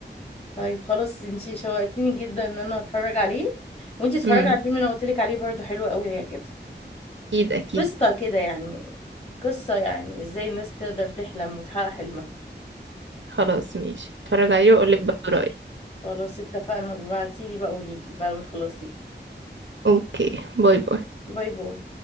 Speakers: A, on the left; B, on the right.
A: طيب خلاص انتي شوقتيني جدا ان انا اتفرج عليه وانتي اتفرجي
B: امم
A: على الفيلم اللي انا قلت لك عليه برضه حلو قوي هيعجبك
B: اكيد اكيد
A: قصة كده يعني قصة يعني ازاي الناس تقدر تحلم وتحقق حلمها
B: خلاص ماشي اتفرج عليه
A: ماشي
B: واقولك
A: خلاص.
B: برضه رأيي
A: خلاص اتفقنا ابعتيلي بقى قوليلي بعد ما تخلصي
B: اوكي باي باي
A: باي باي